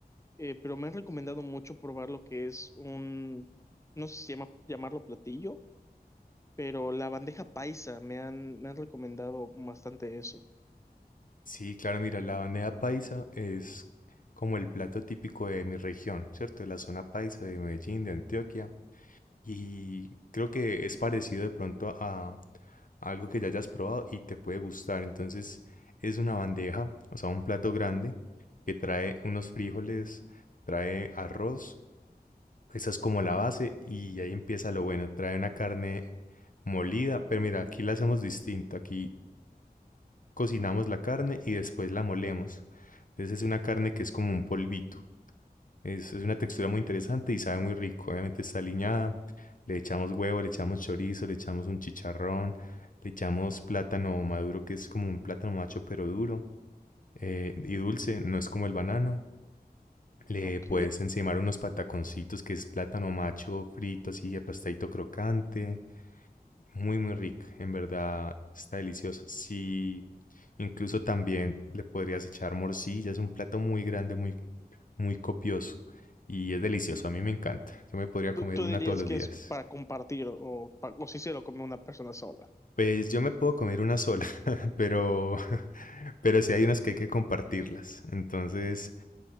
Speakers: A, on the left; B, on the left.
A: eh, pero me han recomendado mucho probar lo que es un, no sé si llama, llamarlo platillo, pero la bandeja paisa, me han, me han recomendado bastante eso.
B: Sí, claro, mira, la bandeja paisa es como el plato típico de mi región, ¿cierto? De la zona paisa de Medellín, de Antioquia. Y creo que es parecido de pronto a, a algo que ya hayas probado y te puede gustar. Entonces, es una bandeja, o sea, un plato grande que trae unos frijoles, trae arroz. Esa es como la base y ahí empieza lo bueno. Trae una carne molida, pero mira, aquí la hacemos distinto. Aquí cocinamos la carne y después la molemos. Entonces es una carne que es como un polvito. Es, es una textura muy interesante y sabe muy rico. Obviamente está aliñada. Le echamos huevo, le echamos chorizo, le echamos un chicharrón, le echamos plátano maduro, que es como un plátano macho pero duro eh, y dulce, no es como el banano. Le
A: Ok.
B: puedes encimar unos pataconcitos, que es plátano macho frito, así aplastadito crocante. Muy, muy rica, en verdad está delicioso. Sí, incluso también le podrías echar morcilla, es un plato muy grande, muy, muy copioso y es delicioso, a mí me encanta. Yo me podría
A: ¿Tú,
B: comer
A: tú
B: una
A: dirías
B: todos los
A: que
B: días.
A: es para compartir o, pa- o si se lo come una persona sola?
B: Pues yo me puedo comer una sola, <laughs> pero, <laughs> pero sí hay unas que hay que compartirlas. Entonces,